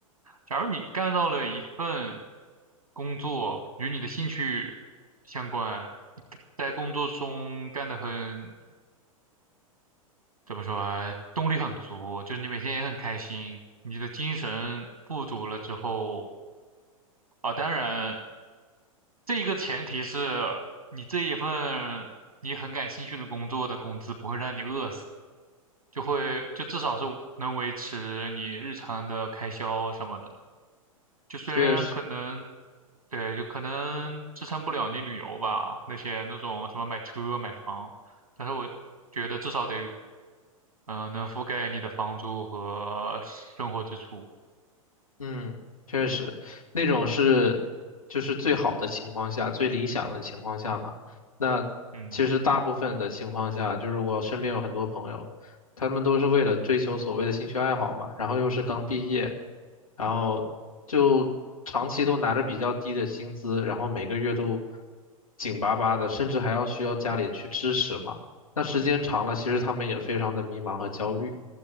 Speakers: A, on the right; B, on the left.
A: 假如你干到了一份工作与你的兴趣相关，你在工作中干得很，怎么说啊，动力很足，就是你每天也很开心，你的精神富足了之后啊，当然这一个前提是你这一份你很感兴趣的工作的工资不会让你饿死，就会就至少是能维持你日常的开销什么的。就虽然可能，
B: 确实。
A: 对，就可能支撑不了你旅游吧，那些那种什么买车买房，但是我觉得至少得，嗯、能覆盖你的房租和生活支出。
B: 嗯，确实，那种是就是最好的情况下，最理想的情况下嘛。那其实大部分的情况下，
A: 嗯
B: 就是我身边有很多朋友，他们都是为了追求所谓的兴趣爱好嘛，然后又是刚毕业，然后就长期都拿着比较低的薪资，然后每个月都紧巴巴的，甚至还要需要家里去支持嘛。那时间长了，其实他们也非常的迷茫和焦虑。